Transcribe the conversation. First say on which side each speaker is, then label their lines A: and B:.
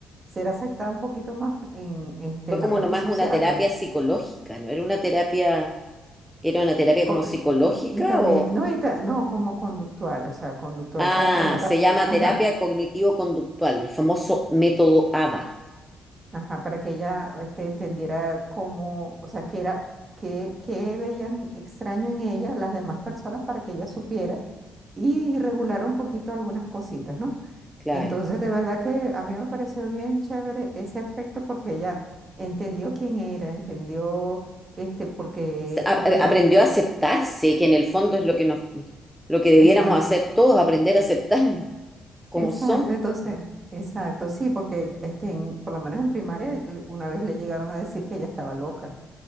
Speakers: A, on the right; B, in the centre.
A: ser aceptada un poquito más en, este,
B: Fue
A: en
B: como
A: la parte
B: nomás
A: sociable.
B: una terapia psicológica, ¿no? Era una terapia, era una terapia
A: Co-
B: como psicológica
A: Y, y también,
B: o...
A: no, y ta- no, como conductual, o sea, conductual
B: Ah,
A: para, bueno, también,
B: se llama
A: ajá.
B: terapia cognitivo-conductual, el famoso método ABA.
A: Ajá, para que ella este, entendiera cómo, o sea, qué era, qué, qué veían extraño en ella las demás personas para que ella supiera y regular un poquito algunas cositas, ¿no?
B: Claro.
A: Entonces, de verdad que a mí me pareció bien chévere ese aspecto porque ella entendió quién era, entendió este, porque,
B: Se- a-
A: porque
B: a-
A: la...
B: aprendió a aceptarse, que en el fondo es lo que nos, lo que debiéramos
A: Exacto,
B: hacer todos, aprender a aceptarnos como
A: exacto,
B: somos.
A: entonces, exacto, sí, porque este, en- por lo menos en primaria le- una vez le llegaron a decir que ella estaba loca.